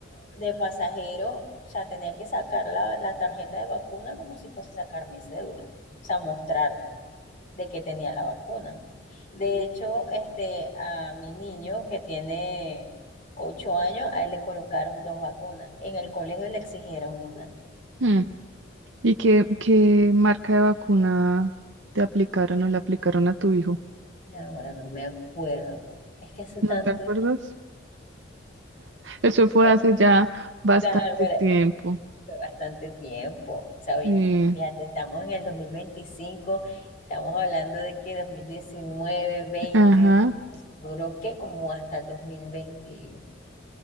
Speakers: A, on the left (about 45°); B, on the right (about 65°).
A: de pasajero, o sea, tenía que sacar la, la tarjeta de vacuna como si fuese a sacar mi cédula, o sea, mostrarla de que tenía la vacuna. De hecho, este, a mi niño que tiene ocho años, a él le colocaron dos vacunas. En el colegio le exigieron una.
B: Hmm. ¿Y qué, qué marca de vacuna te aplicaron o le aplicaron a tu hijo?
A: No, Ahora no me acuerdo. Es que hace
B: ¿No
A: tanto.
B: te acuerdas? Eso
A: <laughs>
B: fue hace ya bastante
A: Nah,
B: tiempo.
A: Fue bastante tiempo, ¿sabes?
B: Sí,
A: Fíjate, estamos en el 2025, estamos hablando de que 2019, 20,
B: ajá.
A: eso duró que como hasta el 2020,